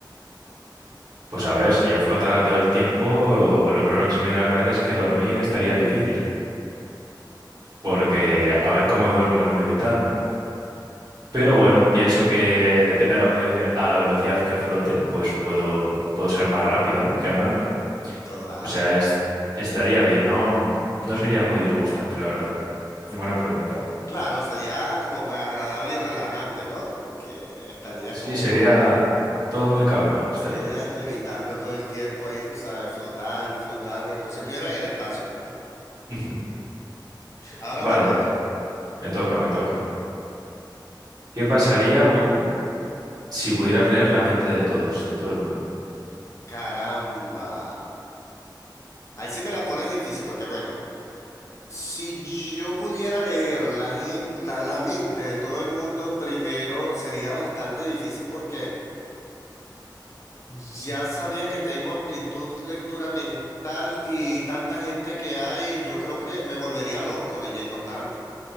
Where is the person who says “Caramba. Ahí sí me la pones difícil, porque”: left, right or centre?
Left